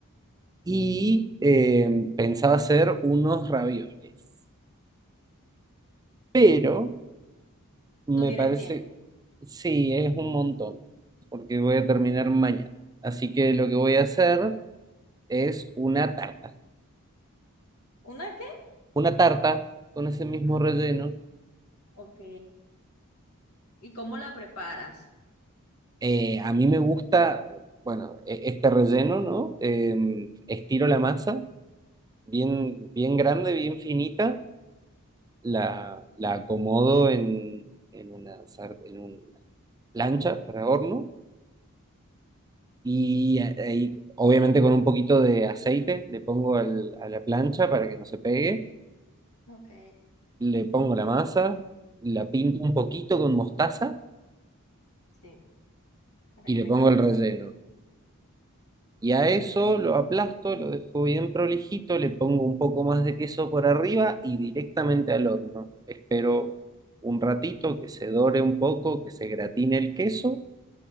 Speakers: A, on the right (about 15°); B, on the left (about 80°).
A: Y eh, pensaba hacer unos ravioles. Pero me
B: No tienes
A: parece,
B: tiempo.
A: sí, es un montón, porque voy a
B: ¿Tien-
A: terminar mañana. Así que lo que voy a hacer es una tarta.
B: ¿Una qué?
A: una tarta con ese mismo
B: Ah.
A: relleno.
B: Ok. ¿Y cómo la preparas?
A: Eh, a mí me gusta, bueno, e- este relleno, ¿no? Eh, estiro la masa, bien, bien grande, bien finita, la, la acomodo en, en una, sar- en una plancha para horno y a- ahí, obviamente con un poquito de aceite le pongo al- a la plancha para que no se pegue,
B: Ok.
A: le pongo la masa, la pinto
B: Ujú,
A: un poquito con mostaza
B: Sí, para
A: y
B: que
A: le
B: tenga
A: pongo
B: más
A: el relleno.
B: sabor.
A: Y a
B: Oh,
A: eso lo aplasto, lo dejo bien prolijito, le pongo un poco más de queso por arriba y directamente al horno. Espero un ratito que se dore un poco, que se gratine el queso